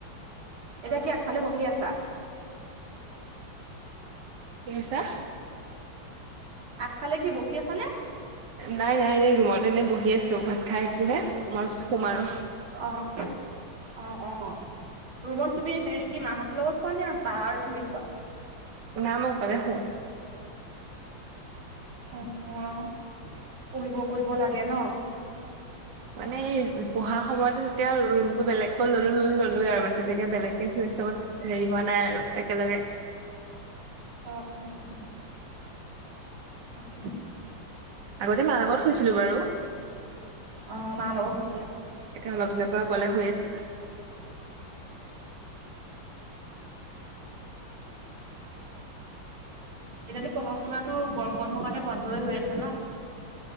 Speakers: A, on the right (about 85°); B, on the right (about 60°).
A: এতিয়া কি আগফালে বহি আছা?
B: কি কৈছা?
A: আগফালে কি বহি আছানে?
B: নাই। নাই। এই ৰুমত এনেই বহি আছো। ভাত খাই আহিছোহে। অকমান পিছত শুম আৰু।
A: অহ'। অ', অ' ৰুমত তুমি হেৰি কি মাহঁতৰ লগত খোৱা নে, বা আৰু তুমি কোৱা?
B: না মই অকলে শু।
A: অ', অ' পঢ়িব কৰিব লাগে ন।
B: মানে এই পঢ়া সময়টো তেতিয়া ৰুমতটো বেলেগকৈ ল'লোঁ, ল'লোঁ, ল'লোঁৱে আৰু মানে তেনেকে বেলেগকে শুইছো। হেৰি হোৱা নাই আৰু একেলগে।
A: অ', অ', অ'। অ'কে।
B: আগতে মাৰ লগত শুইছিলোঁ বাৰু।
A: অ' মা লগত শুইছিঁলা।
B: এ অলপ সময় পৰা অকলে ক'লে শুই আছো।
A: এতিয়াটো পঢ়া শুনাটো গৰম বন্ধ কাৰণে বন্ধই হৈ আছে ন।